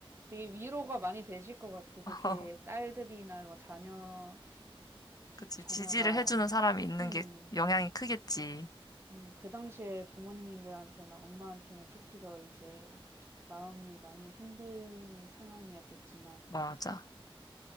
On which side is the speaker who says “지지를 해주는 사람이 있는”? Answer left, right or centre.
Left